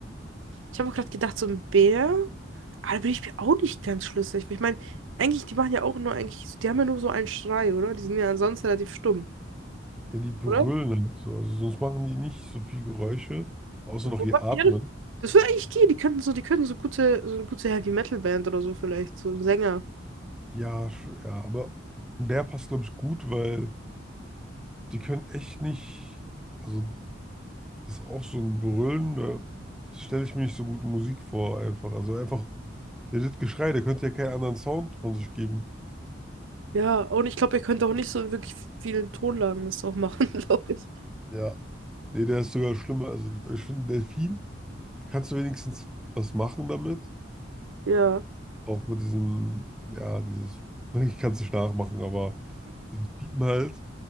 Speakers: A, on the right; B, in the centre.
A: Ich habe auch gerade gedacht, so ein Bär. Aber da bin ich mir auch nicht ganz schlüssig. Weil ich meine, eigentlich, die machen ja auch nur eigentlich, die haben ja nur so einen Schrei, oder? Die sind ja ansonsten relativ stumm,
B: Ja, die brüllen
A: oder?
B: halt so. Also sonst machen die nicht so viel Geräusche, außer noch
A: Wobei,
B: ihr Atmen.
A: ja, das würde eigentlich gehen. Die könnten so, die könnten so gute, so eine gute Heavy Metal Band oder so vielleicht, so ein Sänger.
B: Ja, sch- ja, aber der passt, glaube ich, gut, weil die können echt nicht. Also, das ist auch so ein Brüllen, da, das stelle ich mir nicht so gut in Musik vor, einfach. Also, einfach, der das Geschrei, der könnte ja keinen anderen Sound von sich geben.
A: Ja, und ich glaube, er könnte auch nicht so in wirklich vielen Tonlagen das auch machen, <laughs> glaube ich.
B: Ja. Nee, der ist sogar schlimmer. Also, ich finde, Delfin, da kannst du wenigstens was machen damit.
A: Ja,
B: Auch mit diesem, ja, dieses, <laughs> ich kann es nicht nachmachen, aber dieses Piepen halt.